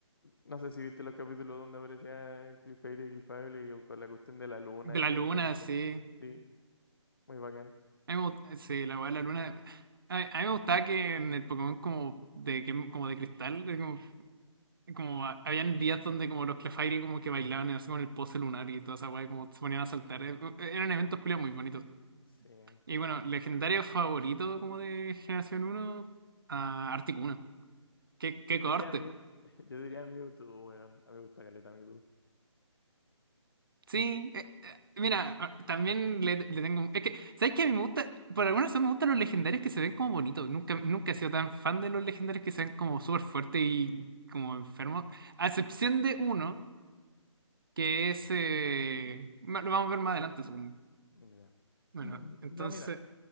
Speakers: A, on the left; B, on the right.
A: No sé si viste los capítulos donde aparecía Clefairy y Gilfable y con la cuestión de la luna
B: De la
A: y toda
B: luna,
A: esta cuestión.
B: sí.
A: Sí, muy bacán.
B: A mí me gusta- sí, la weá de la luna. A, a mí me gustaba que en el Pokémon como de que- como de cristal, de como, como a- habían días donde como los Clefairy como que bailaban así con el pose lunar y toda esa weá, y como se ponían a saltar. Eh, eh, Eran eventos culiados muy bonitos.
A: Sí.
B: Y bueno, legendario favorito como de Generación uno a Articuno. Qué, qué
A: Yo
B: corte.
A: diría Mew, <laughs> yo diría Mewtwo, weón. A mí me gusta caleta Mewtwo.
B: Sí, eh, eh, mira, ah, también le, le tengo... Es que, ¿sabes qué? A mí me gusta, por alguna razón me gustan los legendarios que se ven como bonitos. Nunca, nunca he sido tan fan de los legendarios que se ven como súper fuertes y como enfermos. A excepción de uno, que es... eh, ma- lo vamos a ver más adelante, supongo.
A: Ya.
B: Bueno,
A: <clears throat>
B: entonces...
A: No, mira,